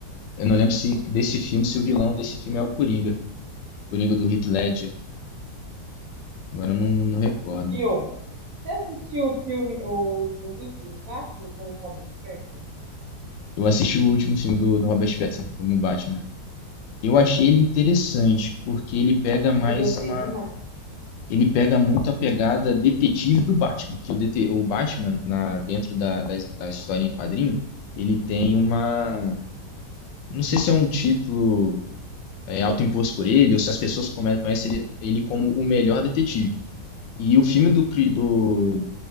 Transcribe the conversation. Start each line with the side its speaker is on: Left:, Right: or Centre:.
Left: Eu não lembro se desse filme, se o vilão desse filme é o Coringa. Coringa do Heath Ledger. Agora eu não, não recordo.
Right: Viu? Você assistiu o filme, os, os últimos Batman com o Robert Pattinson?
Left: Eu assisti o último filme do, do Robert Pattinson como Batman. Eu achei ele interessante, porque ele pega mais
Right: Ah, Eu gostei
Left: uma.
Right: demais.
Left: Ele pega muito a pegada detetive do Batman. Que o, dete- o Batman, na, dentro da, da, da história em quadrinho, ele tem uma. Não sei se é um título é, autoimposto por ele, ou se as pessoas come- conhecem ele, ele como o melhor detetive. E o filme do, pri- do-